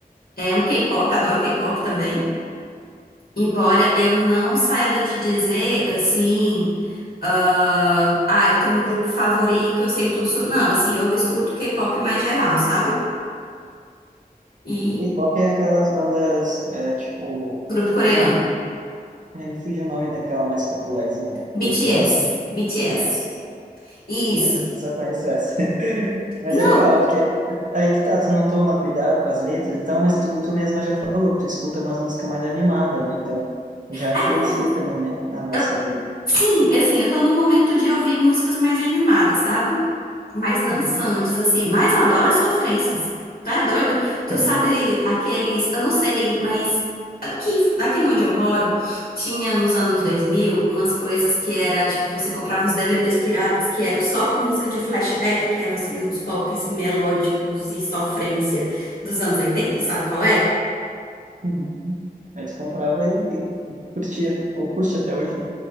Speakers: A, on the left (about 75°); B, on the right (about 55°).
A: É um K-pop, adoro K-pop também. Embora eu não saiba te dizer, assim. ah, ah, eu tenho um grupo favorito, eu sei tudo sobre. Não, assim, eu escuto K-pop mais geral, sabe? E.
B: K-pop é aquelas bandas, é, tipo,
A: Grupo
B: até
A: coreano.
B: me fugiu, né, me fugiu o nome daquela mais popularzinha,
A: BTS.
B: BTS?
A: BTS.
B: Ah, isso,
A: Isso.
B: é, só conheço essa. <laughs> Mas
A: Não,
B: é legal, porque aí que tá, tu não toma cuidado com as letras e tal, mas tu, tu mesma já falou que tu escuta umas músicas mais animadas, né? Então, já
A: É,
B: influencia também, né, na nossa
A: Eu-
B: vida.
A: sim, assim, eu tô no momento de ouvir músicas mais animadas, sabe? Mais dançantes,
B: Uhum. <laughs>
A: assim. Mas eu adoro as sofrências. Tá é doido? Tu
B: É.
A: sabe aqueles. Eu não sei, mas aqui, aqui onde eu moro, tinha nos anos 2000 umas coisas que era tipo: você comprava uns DVDs piratas que eram só com música de flashback, que eram assim, uns pops melódicos e sofrência dos anos oitenta Sabe qual é?
B: Uhum. Aí tu comprava e, e curtia, ou curte até hoje, né?